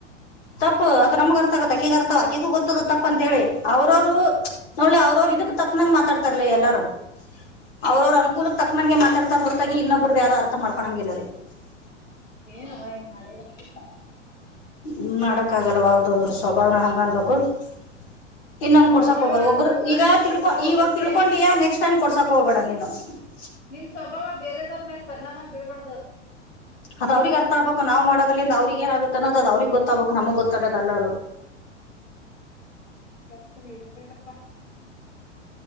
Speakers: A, on the left; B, on the left.
A: ತಪ್ಪು. <unintelligible> ನಮಗ್ ಅರ್ಥ ಆಗತ್ತ! ಆಕೀಗ, ಅರ್ಥ, ಆಕಿಗೂ ಗೊತ್ತದು, ತಪ್ಪ ಅಂತ ಹೇಳಿ? ಅವ್ರವರು ನೋಡಲೆ, ಅವ್ರವರು, ಇದಕ್ ತಕ್ಕ. <unintelligible> ಸುಮ್ನೇ, ಮಾತಾಡ್ತಾರಲೆ ಎಲ್ಲಾರೂ? <unintelligible> ಅವ್ರವ್ರ ಅನುಕೂಲಕ್, ತಕ್ಕನಂಗೆ! ಮಾತಾಡ್ತಾರೆ ಹೊರತಾಗಿ? ಇನ್ನೊಬ್ರದ್ದು, ಯಾರು ಅರ್ಥ ಮಾಡ್ಕೊಳಂಗಿಲ್ಲಲ್ಲಿ? <unintelligible>
B: ಏನೋ ನಿಮ್ಮನೆಅಳುತಿನ್ನಾ? <unintelligible>
A: ಏನ್ ಮಾಡಕ್ ಆಗಲ್ಲ! ಅವ್ದ ಹದ್ರು ಸ್ವಭಾವನ ಹಂಗ, ಅನ್ಬೇಕು? <unintelligible> ತಿನ್ನಮ್,
B: ಸ್ವಭಾವ
A: ಕೊಡ್ಸಕ್ ಹೋಗಲ,
B: ಅಂದ್ರಕ್ಕ
A: ಒಬ್ಬರು ಈಗ
B: ನಿನ್
A: ತಿಳ್ಕೊ,
B: ಸ್ವಭಾವ
A: ಇವಾಗ
B: ಓಕೆ
A: ತಿಳ್ಕೊಂಡಿಯಾ, ನೆಕ್ಸ್ಟ್ ಟೈಮ್ ಕೊಡ್ಸಕ್ ಹೋಗ್ಬೇಡ ನೀನು? <unintelligible>
B: ನಿನ್ ಸ್ವಭಾವ ಬೇರೆದವ್ರ ಮೇಲ್ ಪರಿಣಾಮ ಬೀಳಬಾರದು? <inaudible>
A: ಅದು, ಅವ್ರಿಗೆ ಅರ್ಥಾಗ್ಬೇಕು! ನಾವು ಮಾಡೋದಿರಲಿ, ಅವ್ರಿಗೆ, ಏನಾಗುತ್ತೆ? ಅನ್ನೊದು, ಅವ್ರಿಗೆ, ಗೊತ್ತಾಗ್ಬೇಕು, ನಮಗೆ ಗೊತ್ತಾಗದ! ಅಲ್ಲ ಅದು. <inaudible>
B: ಕೆಟ್ಟು, ಈರಿಟೈಟ್ಪಾ? <inaudible>